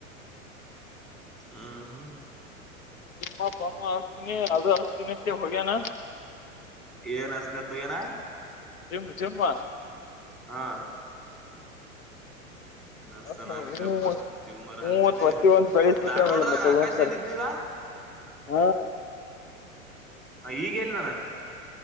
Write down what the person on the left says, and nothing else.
ನಿಮ್ಮ ಪಾನ ಹಾಕ್ತೀನಿ ಅದು ಅಷ್ಟ ದಿನಕ್ಕೆ ಹೋಗ್ಯನಾ
ಜಿಮ್ ಜಿಮ್
ಹವ
ಹವತ್ ಒತ್ತಿ ಒಂದ ಬಯಸ್ ಬಿಿಟ್ಟಲ್ಲ
ಮತ್ತಕ
ಹಾಂ